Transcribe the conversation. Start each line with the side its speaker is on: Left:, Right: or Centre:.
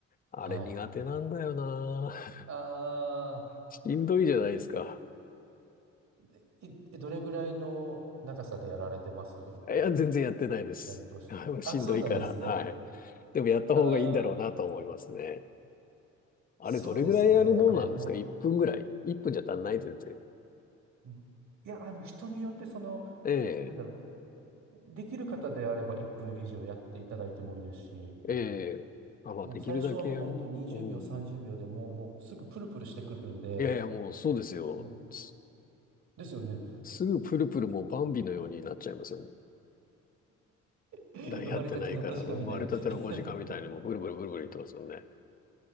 Left: あれ苦手なんだよな。
Right: はい。
Left: <laughs>
Right: ああ、
Left: しんどいじゃないですか。
Right: でい、どれぐらいの長さでやられてます
Left: いや、全然やってないです。
Right: やるとしたら。
Left: <laughs> あのしんどいから。
Right: あ、そうなんですね。
Left: はい。でもやった方がいいんだろうなとは思いますね。
Right: ああ、
Left: あれ、
Right: そうですね。
Left: どれぐらいやるもんなんですか
Right: あれ、も
Left: ?1 分ぐらい ?1 分じゃ足んない、全然。
Right: う、いや、あの、人によって、その、
Left: え
Right: なんだろうできる方であれば1分以上やっていただいてもいいですし、
Left: え、ええ。あ、まあ、
Right: もう最初はもう本当20秒、
Left: できるだけやる。うん。
Right: 30秒でもう、もうすぐプルプルしてくるんで、
Left: いやいや、もうそうですよ。
Right: もう、
Left: す、
Right: ですよね。
Left: すぐプルプルもうバンビのようになっちゃいますよね。
Right: <laughs>
Left: だからやってないから、
Right: 生まれたての小鹿みたいな
Left: 生まれたての5時間みたいにもうブルブルブルブル言ってますよね。
Right: <laughs>